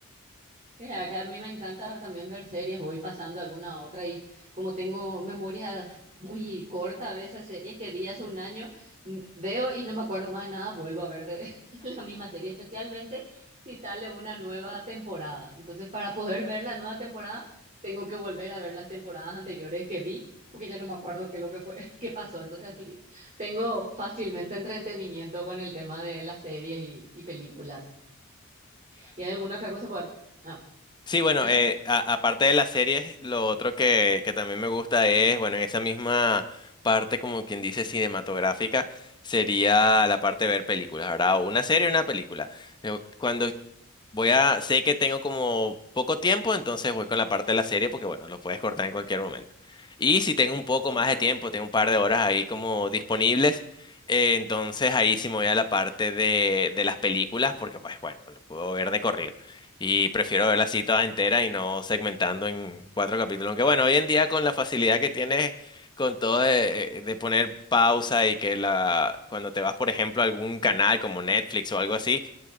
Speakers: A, on the right; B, on the left.
A: Mira, que a mí me encanta también ver series, voy pasando alguna a otra y como tengo memoria <laughs> muy corta de esas series que vi hace un año, m- veo y no me acuerdo más de nada, vuelvo a ver de <laughs> la misma serie, especialmente si sale una nueva temporada. Entonces, para poder ver la nueva temporada, tengo que volver a ver las temporadas anteriores que vi, porque ya no me acuerdo qué es lo que fue, <laughs> qué pasó. Entonces, así tengo fácilmente entretenimiento con el tema de las series y, y películas. ¿Y hay alguna otra cosa? Bueno, ah,
B: Sí, bueno,
A: adelante.
B: eh, a- aparte de las series, lo otro que, que también me gusta es, bueno, en esa misma parte, como quien dice, cinematográfica, sería la parte de ver películas, ¿verdad? O una serie o una película. Yo, Cuando Voy a, sé que tengo como poco tiempo, entonces voy con la parte de la serie porque bueno, lo puedes cortar en cualquier momento. Y si tengo un poco más de tiempo, tengo un par de horas ahí como disponibles, eh, entonces ahí sí me voy a la parte de, de las películas porque pues bueno, lo puedo ver de corrido. Y prefiero verla así toda entera y no segmentando en cuatro capítulos. Aunque bueno, hoy en día con la facilidad que tienes con todo de, de poner pausa y que la, cuando te vas, por ejemplo, a algún canal como Netflix o algo así,